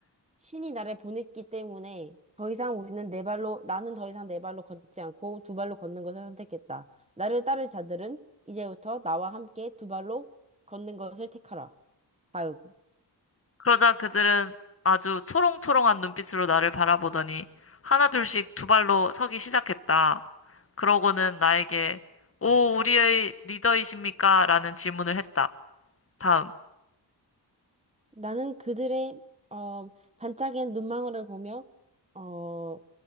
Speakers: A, on the right; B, on the left.
A: 신이 나를 보냈기 때문에 더 이상 우리는 네 발로, 나는 더 이상 네 발로 걷지 않고 두 발로 걷는 것을 선택했다. 나를 따를 자들은 이제부터 나와 함께 두 발로 걷는 것을 택하라. 다음.
B: 그러자 그들은 아주 초롱초롱한 눈빛으로 나를 바라보더니 하나둘씩 두 발로 서기 시작했다. 그러고는 나에게 오, 우리의 리더이십니까? 라는 질문을 했다. 다음.
A: 나는 그들의, 어, 반짝이는 눈망울을 보며, 어,